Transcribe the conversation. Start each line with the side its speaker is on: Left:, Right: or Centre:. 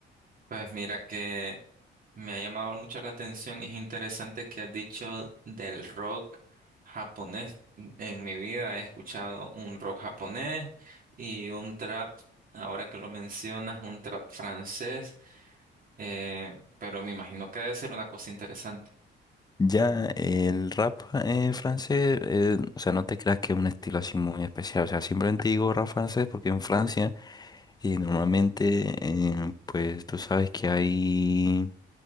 Right: Pues mira que me ha llamado mucho la atención y es interesante que has dicho del rock japonés. En mi vida he escuchado un rock japonés y un trap, ahora que lo mencionas, un trap francés, eh, pero me imagino que debe ser una cosa interesante.
Left: Ya, el rap eh, francés, eh, o sea, no te creas que es un estilo así muy especial, o sea, simplemente digo rap francés porque en Francia eh, normalmente, eh, pues tú sabes que hay,